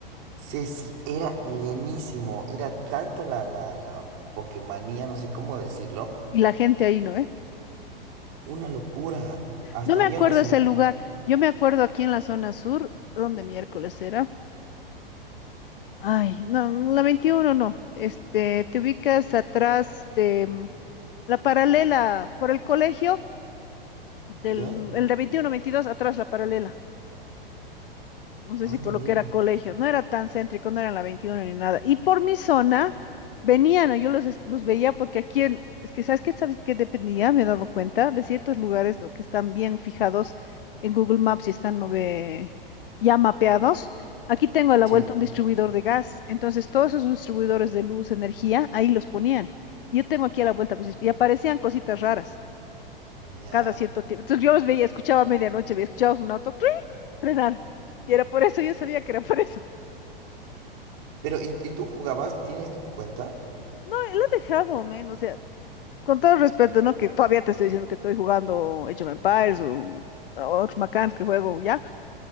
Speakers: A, on the right; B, on the left.
A: Sí, sí, era llenísimo, era tanto la, la, la Pokémonía, no sé cómo decirlo,
B: Y la gente ahí, ¿no? ¿Eh?
A: una locura. Hasta
B: No me
A: había
B: acuerdo
A: una señora,
B: ese lugar. Yo me acuerdo aquí en la zona sur, donde miércoles era. Ay, no, la 21 no. Este, te ubicas atrás de. mm, La paralela por el colegio, del,
A: ¿ya?
B: el de 21-22, atrás la paralela. No sé
A: Ah,
B: si
A: no,
B: por
A: Nir-
B: lo que era colegio, no era tan céntrico, no era en la 21 ni nada. Y por mi zona venían, yo los, es- los veía porque aquí en, es que sabes que sabes que dependía, me he dado cuenta, de ciertos lugares ¿no? que están bien fijados en Google Maps y están no ve, ya mapeados. Aquí tengo a la
A: sí,
B: vuelta un distribuidor de gas, entonces todos esos distribuidores de luz, energía, ahí los ponían. Yo tengo aquí a la vuelta, pues, y aparecían cositas raras.
A: allá
B: cada cierto tiempo. Entonces yo los veía, escuchaba a medianoche, veía, escuchaba un auto ¡cring! frenar. Y era por eso, yo sabía que era por eso.
A: Pero, ¿y, y tú jugabas? ¿Tienes tu cuenta?
B: No, él ha dejado, men, o sea, con todo respeto, ¿no? Que todavía te estoy diciendo que estoy jugando Age of Empires o otros macanes que juego ya,